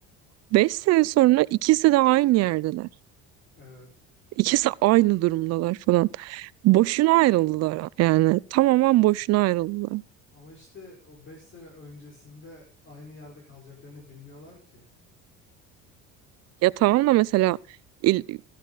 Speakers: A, on the right; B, on the left.
A: 5 sene sonra ikisi de aynı yerdeler.
B: evet.
A: İkisi aynı durumdalar falan. Boşuna ayrıldılar yani. Tamamen boşuna ayrıldılar.
B: Ama işte o 5 sene öncesinde aynı yerde kalacaklarını bilmiyorlar ki.
A: Ya tamam da mesela il-